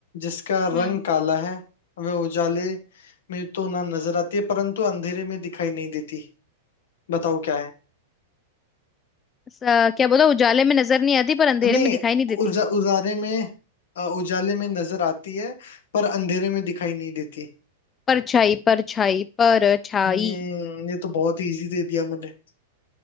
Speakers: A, on the left; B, on the left.
A: जिसका
B: हम्म
A: रंग काला है वह उजाले में तो ना नजर आती है परंतु अंधेरे में दिखाई नहीं देती बताओ क्या है
B: स- क्या बोला उजाले में नजर नहीं आती पर अंधेरे
A: नहीं
B: में दिखाई नहीं देती
A: उजा, उजारे में अ, उजाले में नजर आती है पर अंधेरे में दिखाई नहीं देती
B: परछाई परछाई परछाई
A: हम्म ये तो बहुत इजी दे दिया मैंने